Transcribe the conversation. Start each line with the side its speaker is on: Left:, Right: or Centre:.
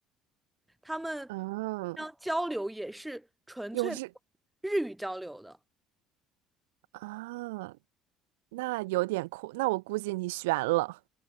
Centre: 他们
Right: 嗯，
Centre: 要交流也是纯粹的
Right: 有日
Centre: 日语交流的。
Right: 啊，那有点酷，那我估计你悬了，